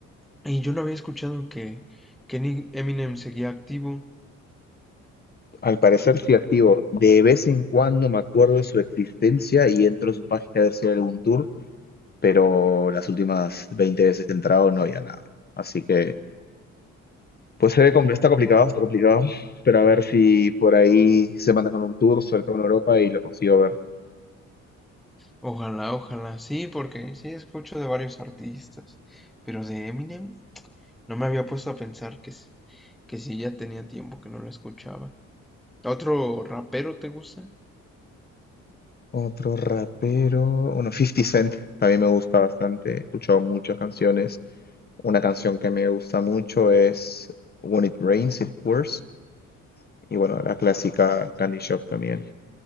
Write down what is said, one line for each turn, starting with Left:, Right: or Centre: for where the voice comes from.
Centre: y yo no había escuchado que, que Ni- Eminem seguía activo.
Left: al parecer sí activo. De vez en cuando me acuerdo de su existencia y entro a su página a ver si hay algún tour, pero las últimas 20 veces que he entrado no había nada. Así que, pues se ve, compl- está complicado, está complicado, pero a ver si por ahí se mandan con un tour, sobre todo en Europa, y lo consigo ver.
Centre: Ojalá, ojalá, sí, porque sí escucho de varios artistas, pero de Eminem no me había puesto a pensar que, s- que sí ya tenía tiempo que no lo escuchaba. ¿Otro rapero te gusta?
Left: Otro rapero, bueno, Fifty Cent, también me gusta bastante, he escuchado muchas canciones. Una canción que me gusta mucho es When It Rains, It Pours, y bueno, la clásica Candy Shop también.